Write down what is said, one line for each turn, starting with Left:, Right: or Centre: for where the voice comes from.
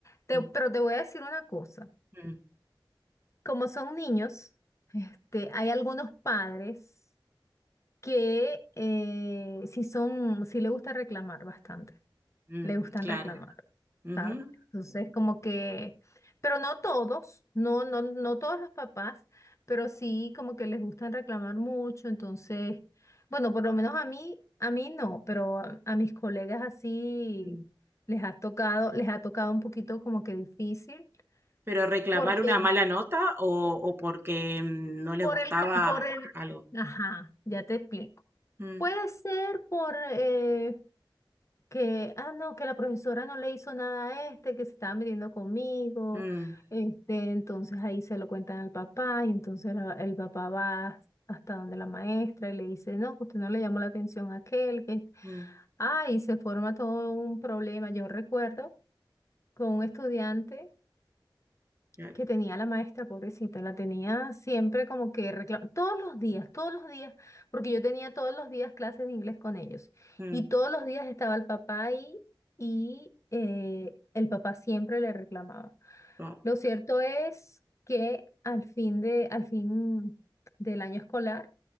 Left: Te-
Right: Mm,
Left: pero te voy a decir una cosa.
Right: mm,
Left: Como son niños, este, hay algunos padres que eh, sí son, sí le gusta reclamar bastante
Right: mm,
Left: le gustan
Right: claro.
Left: reclamar,
Right: Ujú,
Left: ¿sabes? Entonces, como que, pero no todos, no, no, no todos los papás, pero sí como que les gustan reclamar mucho, entonces, bueno, por lo menos a mí, a mí no, pero a, a mis colegas así
Right: mm.
Left: les ha tocado, les ha tocado un poquito como que difícil,
Right: Pero reclamar
Left: porque
Right: una mala nota o, o porque mm, no les
Left: por
Right: gustaba
Left: el, co- por el,
Right: algo.
Left: ajá, ya te explico.
Right: Mm,
Left: Puede ser por, eh, que, ah, no, que la profesora no le hizo nada a este, que se estaba metiendo conmigo,
Right: mm,
Left: este, entonces ahí se lo cuentan al papá y entonces la- el papá va hasta donde la maestra y le dice, no, que usted no le llamó la atención a aquel, que,
Right: mm,
Left: ah, y se forma todo un problema. Yo recuerdo con un estudiante
Right: claro,
Left: que tenía la maestra, pobrecita, la tenía siempre como que reclamando, todos los días, todos los días, porque yo tenía todos los días clases de inglés con ellos
Right: mm,
Left: y todos los días estaba el papá ahí y eh, el papá siempre le reclamaba.
Right: no,
Left: Lo cierto es que al fin de, al fin del año escolar,